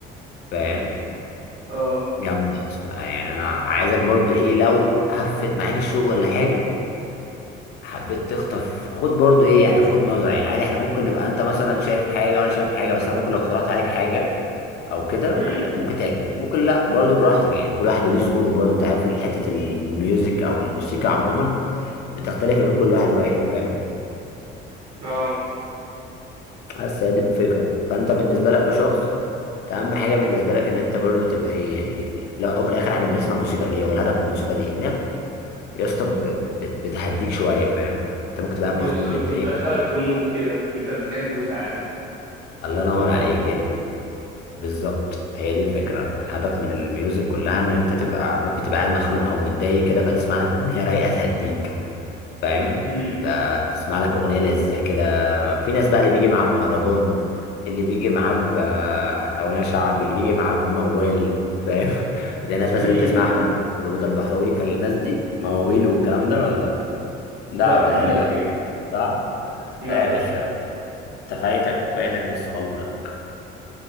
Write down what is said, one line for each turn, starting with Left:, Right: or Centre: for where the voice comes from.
Left: فاهم
Right: اه
Left: جامد يا اسطى يعني انا عايزك برضو ايه لو هفت معاك الشغل ولا حاجه حبيت تخطف خد برضو ايه يعني خد نظرة يعني عادي احنا ممكن نبقى انت مثلا شايف حاجة وانا شايف حاجة بس انا ممكن لو اقترحت عليك حاجة او كده
Right: امم
Left: ممكن تعجبك ممكن لا برضو براحتك يعني كل واحد وليه ذوقه برضو انت عارف حتة الميوزك او الموسيقى عموما بتختلف ما بين كل واحد وواحد فاهم
Right: اه
Left: بس هي دي الفكرة فانت بالنسبة لك كشخص انت اهم حاجة بالنسبة لك ان انت برضو تبقى ايه يعني لو في الاخر احنا بنسمع موسيقى ليه والهدف من الموسيقى دي ان هي يا اسطى ب- ب- بت- بتهديك شوية فاهم انت ممكن تبقى قاعد
Right: بالظبط
Left: مخنوق متضايق
Right: بتدخلك في مود كده انت بتحبه ساعات
Left: الله
Right: فبتبقى
Left: ينور
Right: مبسوط
Left: عليك بالظبط هي دي الفكرة الهدف من الميوزك كلها ان انت تبقى ممكن تبقى قاعد مخنوق او متضايق كده فتسمع لك اغنية رايقة تهديك فاهم
Right: امم
Left: ب- تسمع لك اغنية لذيذة كده في ناس بقى اللي بيجي معاه بمهرجان اللي بيجي معاه ب- اغنية شعبي اللي بيجي معاه بموال فاهم <laughs> زي الناس مثلا
Right: امم
Left: اللي بتسمع احمد عامر ورضا البحراوي ليك فالناس دي مواويل والكلام ده ولا لا
Right: لا
Left: بيتهيألي
Right: ماليش
Left: لا
Right: فيها
Left: صح
Right: لا
Left: لا يا باشا انت فايتك فايتك نص عمرك